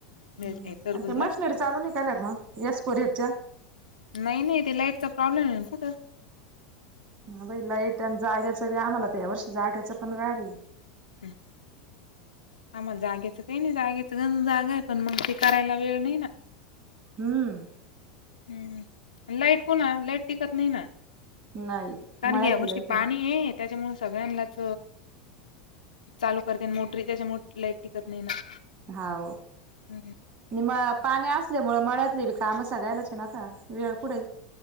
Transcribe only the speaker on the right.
हम्
आणि ते मशनरी चालवून काल्यात मग यसपोरीतच्या.
ह बाई लाईट आणि जाग्याच आम्हाला तर या वर्षी जाग्याच पण गाड हाय
हम्म
नाही.
मळ्यातली
लाईट
ना.
हाव
णि म पाणी असल्या मुळ मळ्यातले बी काम सगायलाचे ना आता वेळ कुठे,